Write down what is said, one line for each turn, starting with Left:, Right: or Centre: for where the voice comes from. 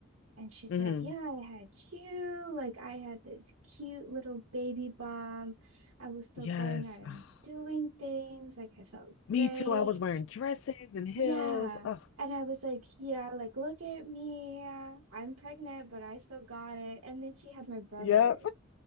Right: And she said,
Left: Mm-hmm.
Right: Yeah, I had you. Like, I had this cute little baby bump. I was still
Left: Yes.
Right: going out and
Left: Ah,
Right: doing things. Like, I felt
Left: me
Right: great.
Left: too. I was wearing dresses and heels.
Right: Yeah.
Left: Ugh,
Right: And I was like, Yeah, like, look at me. I'm pregnant, but I still got it. And then she had my brother.
Left: Yep.